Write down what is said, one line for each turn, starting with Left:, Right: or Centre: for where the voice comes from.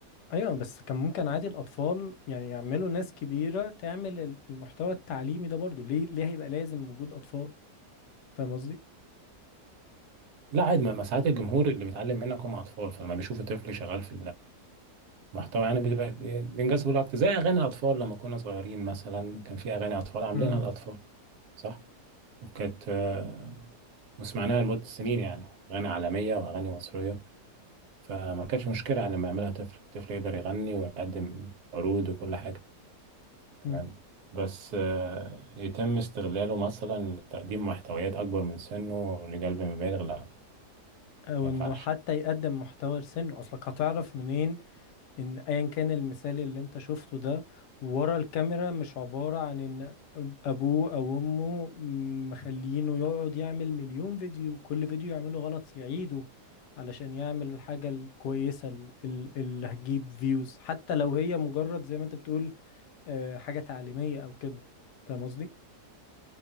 Left: ايوه بس كان ممكن عادي الاطفال يعني يعملوا ناس كبيره تعمل ال- المحتوى التعليمي ده برضو ليه ليه هيبقى لازم وجود اطفال فاهم قصدي
Right: لا عادي ما ما ساعات الجمهور اللي بيتعلم منك هم اطفال فلما بيشوف طفل شغال في المحتوى يعني بيبقى بي- بينجذبوا له اكتر زي اغاني الاطفال لما كنا صغيرين مثلا كان في اغاني اطفال عاملينها
Left: مم.
Right: الاطفال صح وكانت آه، وسمعناها لمدة سنين يعني أغاني عالمية وأغاني مصرية فما كانش مشكلة لما يعملها طفل طفل يقدر يغني ويقدم عروض وكل حاجة تمام
Left: مم.
Right: بس آه، يتم استغلاله مثلا لتقديم محتويات أكبر من سنه لقلب مبالغ لا
Left: او
Right: ما
Left: انه
Right: ينفعش
Left: حتى يقدم محتوى لسنه اصلك هتعرف منين ان ايا كان المثال اللي انت شفته ده ورا الكاميرا مش عبارة عن ان ابوه او امه مخلينه يقعد يعمل مليون فيديو كل فيديو يعمله غلط يعيده علشان يعمل الحاجة الكويسة ال- ال- اللي هتجيب فيوز حتى لو هي مجرد زي ما انت بتقول آه، حاجة تعليمية او كده فاهم قصدي؟